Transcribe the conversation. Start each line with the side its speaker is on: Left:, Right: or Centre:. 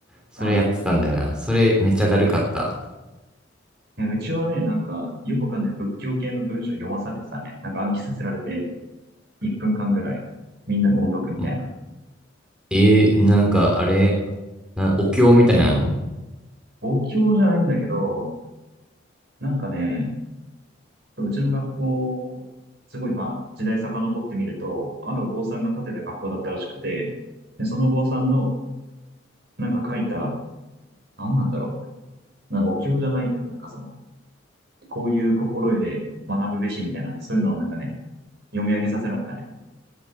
Centre: それやってたんだよな。
Right: あ
Centre: それめっちゃだるかった。
Right: あ。えうちはね、なんか、よくわかんない仏教系の文章読まされてたね。なんか暗記させられて、1分間ぐらい、みんなで音読みたいな。
Centre: んえー、なんかあれ、な、お経みたいなの
Right: お経じゃないんだけど、なんかね、うちの学校を、すごいまあ、時代遡ってみると、あるお坊さんが建てた学校だったらしくて、で、そのお坊さんのなんか書いた、何なんだろう。なんかお経じゃないけど、なんかその、こういう心得で学ぶべしみたいな、そういうのをなんかね、読み上げさせられたね。